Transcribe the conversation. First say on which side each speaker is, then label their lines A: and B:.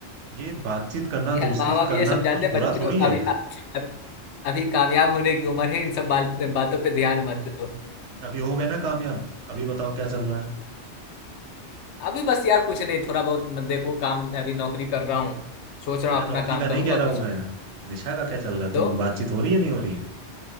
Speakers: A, on the right; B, on the left.
A: ये बातचीत करना
B: यार
A: दोस्ती
B: माँ बाप
A: करना
B: ये समझाते
A: तो कुछ
B: हैं बच्चों
A: बुरा थोड़ी है
B: अभी अ- अ- अभी कामयाब होने की उम्र है इन सब बाल, बातों पे ध्यान मत दो
A: अभी हो गए ना कामयाब अभी बताओ क्या चल रहा है
B: अभी बस यार कुछ नहीं थोड़ा बहुत मत देखो काम अभी नौकरी कर रहा हूँ सोच रहा
A: अरे
B: हूँ
A: नौकरी
B: अपना काम
A: का
B: करूंगा
A: नहीं कह रहा हूँ
B: कुछ
A: मैं निशा का क्या चल रहा है तुम
B: तो
A: बातचीत हो रही है नहीं हो रही है